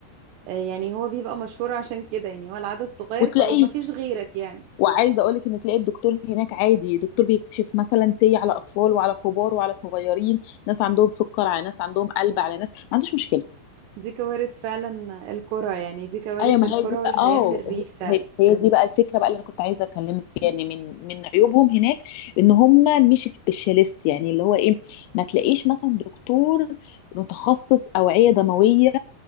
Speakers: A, on the right (about 80°); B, on the left (about 85°).
A: آه، يعني هو بيبقى مشهور عشان كده يعني هو العدد صغير
B: وتلاقيه
A: فما فيش غيرك يعني
B: وعايزه اقول لك ان تلاقي الدكتور هناك عادي دكتور بيكشف مثلا سي على اطفال وعلى كبار وعلى صغيرين ناس عندهم سكر على ناس عندهم قلب على ناس ما عندوش مشكله
A: دي كوارث فعلا القرى يعني دي كوارث
B: ايوه ما
A: القرى
B: هي دي
A: والحياة
B: بقى اه
A: في الريف فعلا
B: هي هي دي بقى الفكره بقى اللي انا كنت عايزه اكلمك فيها يعني من من عيوبهم هناك ان هم مش سبيشاليست يعني اللي هو ايه ما تلاقيش مثلا دكتور متخصص اوعيه دمويه